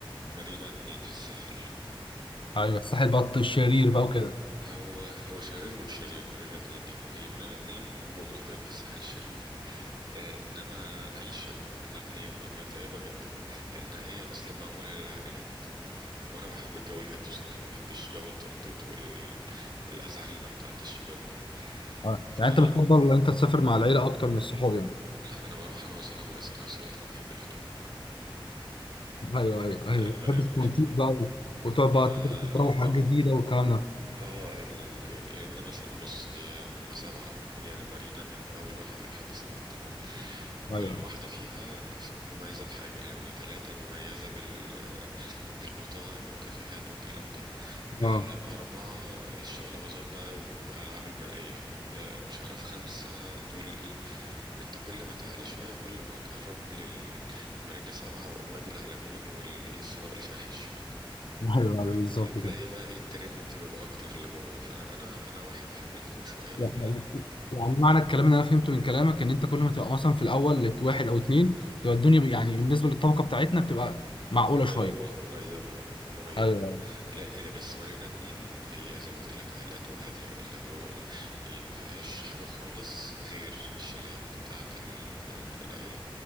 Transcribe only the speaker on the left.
ايوه الساحل بط الشرير بقى وكده
اه
يعني انت بتفضل ان انت تسافر مع العيله اكتر من الصحاب يعني
ايوه ايوه
ايوه
بحب التنطيط بقى و- وتقعد
بقى تجرب حاجات جديده والكلام ده
ايوه ايوه
اه
<laughs> ايوه ايوه بالظبط
كده
يعني يعني معنى الكلام اللي انا فهمته من كلامك ان انت كل ما تبقى مثلا في الاول واحد او اتنين تبقى الدنيا ب- يعني بالنسبه للطبقه بتاعتنا بتبقى معقوله
شويه
ايوه